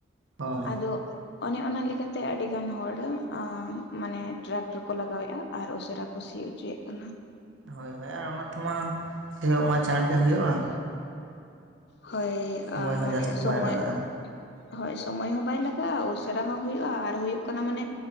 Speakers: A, on the right; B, on the left.
A: ᱦᱳᱭ
B: ᱟᱫᱚ ᱚᱱᱮ ᱚᱱᱟ ᱞᱮᱠᱟᱛᱮ ᱟᱹᱰᱤ ᱜᱟᱱ ᱦᱚᱲ ᱢᱟᱱᱮ ᱴᱨᱟᱠᱴᱟᱨ ᱠᱚ ᱞᱟᱜᱟᱣᱮᱫ-ᱟ ᱟᱨ ᱩᱥᱟᱹᱨᱟ ᱠᱚ ᱥᱤᱭᱚᱜ ᱪᱚᱭᱮᱫ ᱠᱟᱱᱟ ᱾
A: ᱦᱳᱭ ᱦᱳᱭ ᱟᱨ ᱚᱱᱟ ᱛᱮᱢᱟ ᱥᱮᱭᱚᱜ ᱢᱟ ᱪᱟᱬᱜᱮ ᱦᱩᱭᱩᱜ-ᱟ᱾
B: ᱦᱳᱭ
A: ᱥᱚᱢᱚᱭ
B: ᱟ
A: ᱦᱚᱸ
B: ᱢᱟᱱᱮ
A: ᱡᱟᱹᱥᱛᱤ
B: ᱥᱚᱢᱚᱭ
A: ᱵᱟᱭ ᱞᱟᱜᱟᱜᱼᱟ
B: ᱦᱳᱭ ᱥᱚᱢᱚᱭ ᱦᱚᱸ ᱵᱟᱭ ᱞᱟᱜᱟᱜ-ᱟ ᱩᱥᱟᱹᱨᱟ ᱦᱚᱸ ᱦᱩᱭᱩᱜ-ᱟ ᱟᱨ ᱦᱩᱭᱩᱜ ᱠᱟᱱᱟ ᱢᱟᱱᱮ